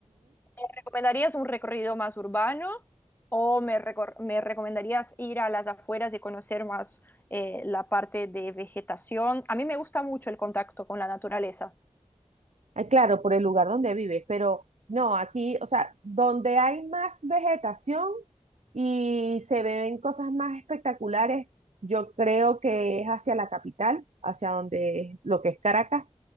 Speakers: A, on the left; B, on the right.
A: ¿Me recomendarías un recorrido más urbano o me, recor- me recomendarías ir a las afueras y conocer más eh, la parte de vegetación? A mí me gusta mucho el contacto con la naturaleza.
B: Ah, Claro, por el lugar donde vives, pero no, aquí, o sea, donde hay más vegetación y se ven cosas más espectaculares, yo creo que es hacia la capital, hacia donde es- lo que es Caracas,